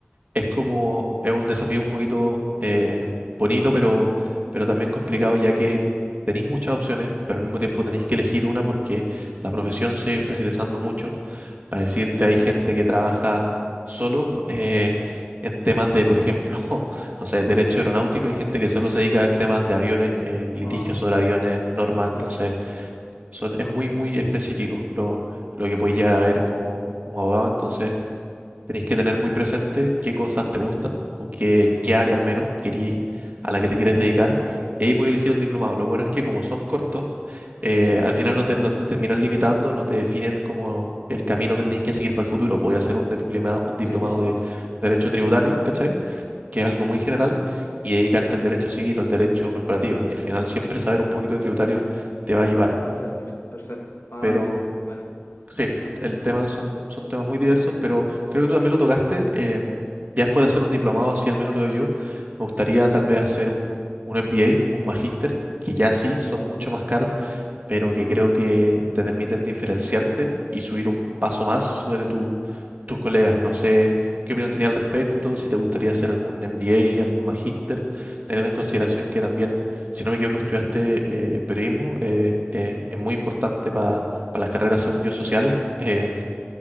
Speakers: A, on the right (about 40°); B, on the left (about 75°).
A: es como, es un desafío un poquito eh, bonito, pero, pero también complicado, ya que tenéis muchas opciones, pero al mismo tiempo tenéis que elegir una porque la profesión se ha ido especializando mucho. Para decirte, hay gente que trabaja solo eh, en temas de, por ejemplo, <laughs> no sé, derecho aeronáutico, hay gente que solo se dedica a ver temas de aviones, eh, litigios
B: Wow,
A: sobre aviones, normas,
B: ya,
A: entonces son,
B: pues wow.
A: es muy, muy específico lo, lo que podéis llegar a ver como, como abogado, entonces... Tenéis que tener muy presente qué cosas te gustan o qué, qué área al menos querís, a la que te quieres dedicar. Y ahí podéis elegir un diplomado. Lo bueno es que como son cortos, eh, al final no te, no te terminan limitando, no te definen como el camino que tenéis que seguir para el futuro. Podéis hacer un diplomado, un diplomado
B: Sí, por supuesto,
A: de derecho tributario, ¿cachai? Que es algo muy general, y dedicarte al derecho civil o al derecho corporativo, que al final siempre saber un poquito de tributario te va a ayudar.
B: te va a servir. Perfecto. Ah,
A: Pero
B: ya ent- bueno,
A: Sí,
B: interesante.
A: el tema son, son temas muy diversos, pero creo que tú también lo tocaste. em, ya después de hacer un diplomado, así al menos lo doy yo, me gustaría tal vez hacer un, un MBA, un magíster, que ya sí son mucho más caros pero que creo que te permiten diferenciarte y subir un paso más sobre tus tus colegas. No sé qué opinión tenía al respecto, si te gustaría hacer algún MBA, algún magíster, teniendo en consideración que también, si no me equivoco, estudiaste eh, periodismo, eh, eh, es muy importante para las carreras, según yo, sociales, eh,